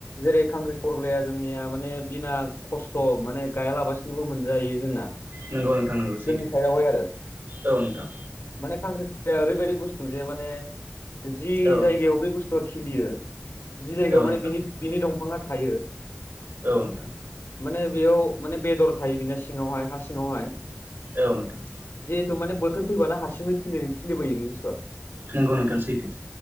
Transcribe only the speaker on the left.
जेरै खांख्रि खर'लाया जोंनिया माने बिना खस्थ' माने गायालाबासिनोबो मोनजायो जोंना।
जोंनि साइडआवहाय आरो
माने खांख्रिाखर'लाया ओरैबायदि बस्थु जे माने जि
जायगायाव
बे बुस्थुआ खिलियो जि जायगायाव
माने
बि बिनि दंफाङा थायो
माने बेयाव माने बेदर थायो बेना सिङावहाय हा सिङावहाय।
थ मान बोथोर फैबाना हारसिंनो खिलिबोयो बे बुस्थुआ